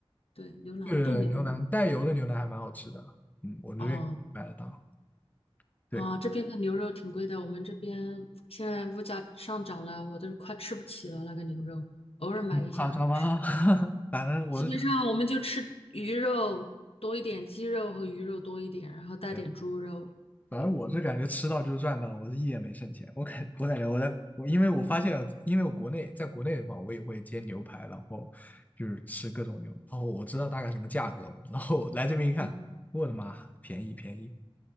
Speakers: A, on the left; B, on the left.
A: 对，牛腩炖牛腩。
B: 对，牛腩带油的牛腩还蛮好吃的，嗯，我这边买得到，
A: 哦
B: 对，
A: 啊，这边的牛肉挺贵的，我们这边现在物价上涨了，我都快吃不起了那个牛肉，偶尔买一下来吃。
B: 不夸张吗？<laughs> 反正我是觉得，
A: 基本上我们就吃鱼肉多一点，鸡肉和鱼肉多一点，然后带点猪肉。
B: 对，反正我是感觉吃到就是赚到，
A: 这样。
B: 我是一点没剩钱，我感我感觉我在我因为我发现，因为我国内在国内的话，我也会煎牛排，然后就是吃各种牛，然后我知道大概什么价格嘛，然后来这边一看，
A: 嗯，
B: 我的妈，便宜便宜。